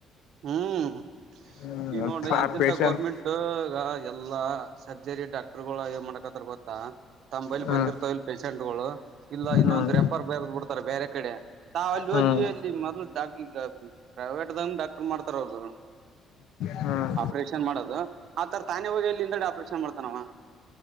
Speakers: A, on the right; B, on the left.
A: ಹ್ಮ್
B: ಹ್ಮ್
A: ಈ ನೋಡ್ರಿ
B: ಆ
A: ಎಂತೆಂತ
B: ಪೇಶಂಟ್
A: ಗೌರ್ಮೆಂಟ್ ಈಗ ಎಲ್ಲಾ ಸರ್ಜರಿ ಡಾಕ್ಟರ್ಗಳಗಳು ಏನ್ ಮಾಡಕತ್ತರ್ ಗೊತ್ತಾ ತಮ್ಮ್ ಬೈಲಿ
B: ಹ್ಮ್
A: ಬಂದಿರ್ತಾವ ಇಲ್ ಪೇಶೆಂಟ್ ಗಳು ಇಲ್ಲ ಇನ್ನೊಂದು
B: ಹ್ಮ್
A: ರೆಪರ್ ಬರ್ದ್ ಬಿಡ್ತಾರೆ ಬೇರೆ ಕಡೆ ತಾವ ಅಲ್ಲಿ
B: ಹ್ಮ್
A: ಹೋಗಿ ಅಲ್ಲಿ ಮೊದ್ಲು ಡಾಕ್ಟರ್ ಪ್ರೈವೇಟ್ ಡಾಕ್ಟರ್ ಮಾಡ್ತಾರ ಅವರದು
B: ಹ್ಮ್
A: ಆಪರೇಷನ್ ಮಾಡೋದು ಆತರ ತಾನೇ ಹೋಗಿ ಅಲ್ಲಿ ಹಿಂದೆಡೆ ಆಪರೇಷನ್ ಮಾಡ್ತಾನವ.